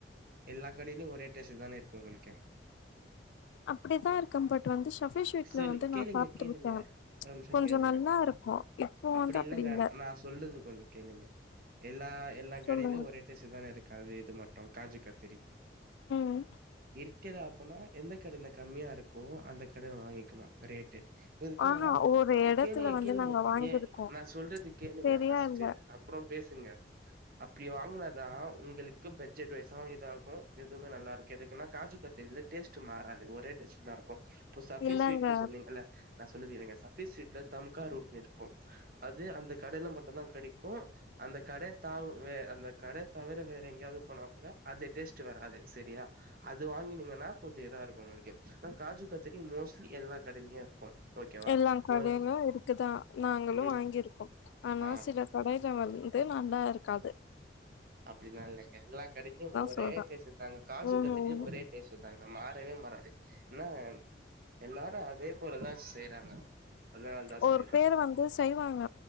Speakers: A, on the right; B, on the left.
A: எல்லா கடயிலு ஒரே டேஸ்ட்டுதானேருக்கு உங்களுக்கு
B: அப்டிதாருக்கு பட்டு் வந்து ஷஃபிஷ் வீட்ல
A: சொல்லு
B: வந்து
A: கேளுங்க
B: நா சாப்ட்டுருக்கே
A: கேளுங்க ஒரு நிமிஷ
B: கொஞ்சோ
A: கேளுங்க
B: நல்லா இருக்கு இப்போ
A: அப்டியில்லங்க
B: வந்து அப்டி இல்ல
A: நா சொல்றது கொஞ்ச கேளுங்க எல்லா எல்லா
B: சொல்லுங்க
A: கடய்லு ஒரு டேஸ்ட் தானருக் க இது மட்டு காஜு கத்திரி
B: ம்
A: இருக் கிது அப்பனா எந்த கடயில கம்மியாருக்கோ அந்த கடயில வாங்கிலா ரேட்டு எதுக்குனா
B: ஆஹா ஒரு எடத்துல
A: கேளுங்க
B: வந்து
A: கேளுங்க
B: நாங்க வாங்கிருக்கோ
A: ஏன் நா சொல்றது கேளுங்க
B: சரியா
A: ஃபஸ்ட்டு
B: இல்ல
A: அப்ற பேசுங்க அப்டி <unintelligible> அதா உங்களுக்கு பட்ஜெட் வைஸ்சு இதாகு இதுவுமே நல்லாருக்கு எதுக்குனா காஜு கத்திரில டேஸ்ட் மாறாது ஒரே டேஸ்ட் தாருக்கு இப்போ சஃபி
B: இல்லங்க
A: ஸ்வீட்ன்னு சொன்னீங்கல்ல நா சொல்லி <unintelligible> இருங்க சஃபி ஸ்வீட்ல தம்கா ரூட் இருக்கு அது அந்த கடைல மட்டுதா கெடைக்கு அந்த கட த வே அந்த கட தவிர வேற எங்யாது போனா கூட அது டேஸ்ட் வராது சரியா அது வாங்கினீங்கனா கொஞ்சோ இதாருக்கோ உங்ளுக்கு ஆனா காஜு கத்ரி மோஸ்ட்லி எல்லா கடைலயு இருக்கு ஓகேவா
B: எல்லா கடைலியு
A: உங்களுக்கு
B: இருக்குதா நாங்களு
A: ம்
B: வாங்கியிருக்கோ ஆனா
A: ஆ
B: சில கடைல வந்து நல்லாருக் காது
A: அப்டிலா இல்லைங்க எல்லா கடைக்கு ஒரே
B: சொல்றே
A: டேஸ்ட்டுத்தாங்க காஜு
B: ம்
A: கத்திரில
B: ம்
A: ஒரே டேஸ்ட்தாங்க மாறவே மாறாது என்னா எல்லாரு அதே போலதா செய்றாங்க அதனால தா
B: ஒரு
A: சொல்றே
B: பேர் வந்து செய்வாங்க